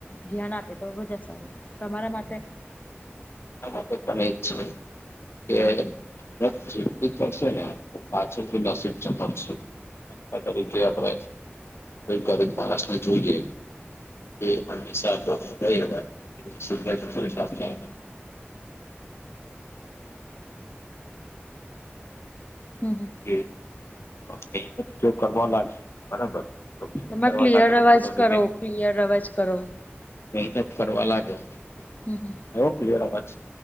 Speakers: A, on the left (about 40°); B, on the left (about 75°).
A: ધ્યાન આપે તો વધારે સારુ તમારા માટે
B: આમા તો તમે જ છો. કે આ જે બી કરશેને પાછળથી, નસીબ ચમકસે આ તરીકે આપણે કોઈ ગરીબ માણસને જોઈએ. એ હમેશા એ તો પોસીબલ નથી.
A: હમ હમ
B: એ મહેનત જો કરવા લાગે બરાબર તો મહેનત
A: તમે
B: કરવા
A: ક્લિયર
B: લાગે તો
A: અવાજ
B: ધીમે ધીમે
A: કરો ક્લિયર અવાજ કરો
B: મહેનત કરવા લાગ્યો
A: હમ હમ
B: થયો ક્લિયર અવાજ